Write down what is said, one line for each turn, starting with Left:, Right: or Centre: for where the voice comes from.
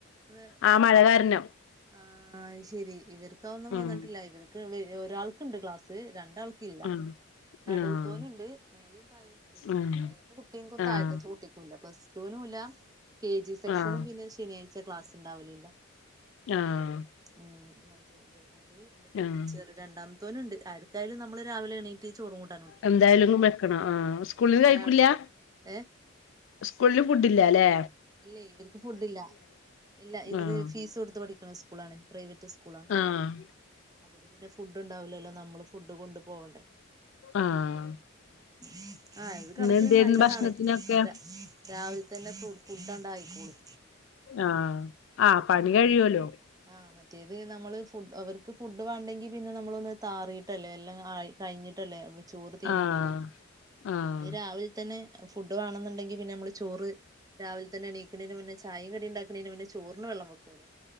Right: വെഹ്.
Left: ആ മഴ കാരണം
Right: ആ ആഹ് ശെരി ഇവര്ക്ക് അഒന്നും
Left: ഉം
Right: വന്നിട്ടില്ല ഇവര്ക്ക് ഒരാൾക്ണ്ട് ക്ലാസ് രണ്ടാൾ ഇല്ലാ
Left: ആഹ്
Right: നടൂത്തോനുണ്ട്
Left: ആഹ്
Right: മേലീം തായീം ഇല്ല.
Left: ആഹ്
Right: മേലത്തെ കുട്ടിക്കും
Left: ആഹ്
Right: തായത്തെകുട്ടിക്കും ല്ല പ്ലസ് <inaudible> കെ ജി സെക്ഷനും
Left: ആഹ്
Right: പിന്നെ ശനിയാഴ്ച ക്ലാസ്ണ്ടാവലില്ല.
Left: ആഹ്.
Right: ഉം മറ്റേ ബ മറ്റേ ബര്
Left: ആഹ്
Right: <inaudible> ചെറി രണ്ടാമത്തോന്ണ്ട് ആര്ക്കായാലും നമ്മള് രാവിലെ എണീ റ്റ് ചോറുംകൂട്
Left: എന്തായാലും ങ്ങു വെക്കണം ആഹ് സ്കൂളിന്ന്
Right: ഒരാൾ
Left: കയിക്കൂല്ലാ.
Right: ഏഹ്
Left: സ്കൂളില് ഫുഡില്ലാല്ലെ.
Right: ഇല്ലൈ ഇവർക്ക് ഫുഡില്ല. ഇല്ല ഇവര്
Left: ആഹ്
Right: ഫീസ് കൊടുത്ത് പഠിക്കണ സ്കൂളാണ്. പ്രൈവറ്റ് സ്കൂളാ..
Left: ആഹ്
Right: അതില് പിന്നെ ഫുഡുണ്ടാവില്ലല്ലോ നമ്മള് ഫുഡ് കൊണ്ട്പോവണ്ടേ.
Left: ആഹ്.
Right: ഉം ആ ഇത്
Left: ഇന്ന്
Right: കണക്കിന്
Left: എന്തേരുന്നു
Right: നല്ലതാണ്
Left: ഭക്ഷണത്തിനൊക്കെ
Right: രാ രാവിലെ തന്നെ ഫു ഫുഡണ്ടായിക്കോളും.
Left: ആഹ് ആ പണി കഴിയൊല്ലോ.
Right: ആഹ് മറ്റേത് നമ്മള് ഫുഡ് അവർക്ക് ക്ക് ഫുഡ് വാണ്ടെങ്കി പിന്നെ നമ്മളൊന്ന് താറിയിട്ടല്ലേ എല്ലാം ആഴി കഴിഞ്ഞിട്ടല്ലേ മ്മള്. ചോറ് തീമടൊള്ളു.
Left: ആഹ് ആഹ്
Right: ഇത് രാവിലെ തന്നെ ഫുഡ് വാണെന്ന്ണ്ടെങ്കി പിന്നെ നമ്മള് ചോറ്. ച് രാവിൽ തന്നെ ണീക്കണേന് മുന്നെ ചായീം കടിണ്ടാക്കണെന്ന് മുന്നെ ചോറിന് വെള്ളം വെക്കൊല്ലോ.